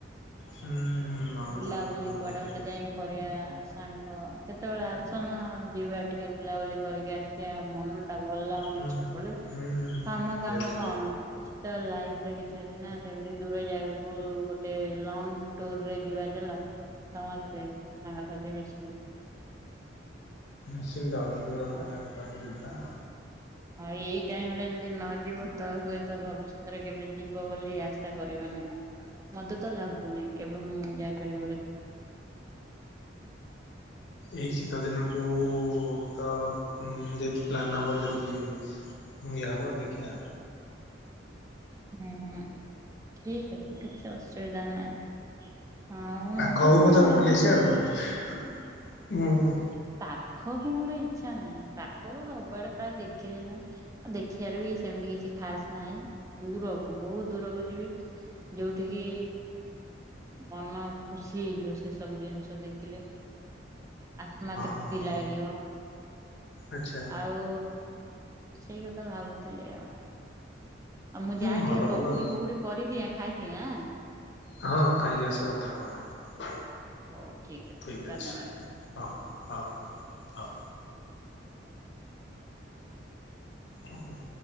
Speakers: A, on the left; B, on the right.
A: ହୁଁ। ମାମା
B: ବୁଲା
A: ତ ଦୁଃଖ
B: ବୁଲି
A: ହବ
B: କୁଆଡେ
A: ଯଦି
B: ଗୋଟେ ଯାଇଁକି କରିବା ସାଙ୍ଗ କେତବେଳେ ଆସୁନ ଯିବା ଟିକେ ବୁଲାବୁଲି କରିକି ଆସିବା ମନ ଟା ଭଲ ଲାଗୁନି
A: ହୁଁ।
B: ସବୁବେଳେ
A: ହୁଁ
B: କାମ କାମ କଣ କିଛି ତ ଲାଇଫରେ କିଛି ଅଛି ନା ସେମିତି ଦୂର ଜାଗାକୁ ଗୋଟେ ଲଙ୍ଗ ଟୁରରେ ଯିବା ଚାଲ ସମସ୍ତେ ସାଙ୍ଗସାଥି ମିଶିକି।
A: ନିଶ୍ଚିନ୍ତ। କେବେ ଗୋଟେ
B: ଆଉ
A: ପ୍ଲାନ୍ କରିଲେ ଯିବା।
B: ଆଉ ଏଇ ଟାଇମ ରେ ଯଦି ନ ଯିବ ତ ହୁଏତ ଭବିଷ୍ୟତରେ କେବେ ଯିବ ବୋଲି ଆଶା କରିବନି। ମତେ ତ ଲାଗୁନି କେବେ ମୁଁ ଯାଇପାରିବି ବୋଲି।
A: ଏଇ ଶୀତ ଦିନକୁ ତ ଉଁ ଯଦି ପ୍ଲାନ ହବ ଯଦିବି ଯାହା ହବ ଦେଖିବା।
B: ହୁଁ ହୁଁ ଠିକ ଅଛି କିଛି ଅସୁବିଧା ନାହିଁ। ଆଉ ମୁଁ
A: ପାଖ
B: ବି
A: ହଉ
B: ସେ
A: ପଛେ ତମକୁ
B: ଭାବୁଛି
A: ବୁଲି ଆସିବା ଆଉ କଣ ଅଛି ହୁଁ।
B: ପାଖକୁ ମୋର ଇଚ୍ଛା ନାହିଁ ପାଖକୁ ସବୁଆଡେ ପ୍ରାୟ ଦେଖିଦେଲେଣି। ଆଉ ଦେଖିବାର ବି ସେମିତି କିଛି ଖାସ ନାହିଁ ଦୂରକୁ ବହୁତ ଦୂରକୁ ଯିବି। ଯୋଉଠିକି ମନ ଖୁସି ହେଇଯିବ ସେ ସବୁ ଜିନିଷ ଦେଖିଲେ। ଆତ୍ମା ତୃପ୍ତି
A: ହଁ ହଁ
B: ଲାଗିବ
A: ଆଚ୍ଛା
B: ଆଉ ସେଇ କଥା ଭାବୁଥିଲି ଆଉ। ଆଉ ମୁଁ
A: ହୁଁ
B: ଯାଏ
A: ଭଲ
B: ଟିକେ ପକୁଡି
A: ଭଲ
B: ଫକୁଡି କରିଦିଏ ଖାଇଦିଏଁ ଆଁ।
A: ହଁଁ ଖାଇକି ଆସ କଥା ହବା।
B: ହଉ ଠିକ୍
A: ଠିକ
B: ଧନ୍ୟବାଦ।
A: ଅଛି ହ ହ ହ। ଓହୋ।